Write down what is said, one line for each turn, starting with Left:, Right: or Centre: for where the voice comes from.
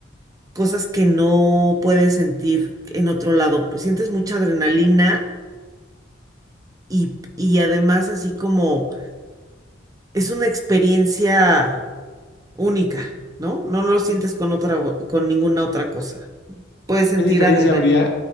Right: cosas que no puedes sentir en otro lado. Pues sientes mucha adrenalina y, y además así como es una experiencia única, ¿no? No, no lo sientes con otra, con ninguna otra cosa. Puedes sentir
Left: ¿Qué diferencia
Right: adrenalina.
Left: habría?